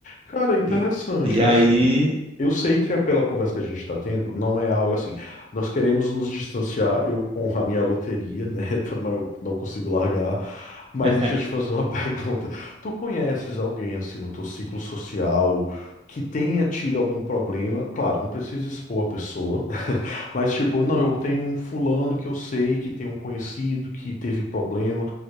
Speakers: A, on the left; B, on the right.
A: Cara, interessante.
B: E, e aí,
A: Assim, eu sei que é pela conversa que a gente está tendo, não é algo assim. Nós queremos nos distanciar, eu com a minha loteria, né? <laughs> Também eu não consigo largar. Mas
B: <laughs>
A: deixa eu te fazer uma <laughs> pergunta. Tu conheces alguém assim no teu ciclo social que tenha tido algum problema? Claro, não precisa expor a pessoa, mas, tipo, não, eu tenho um fulano que eu sei que tem um conhecido que teve problema.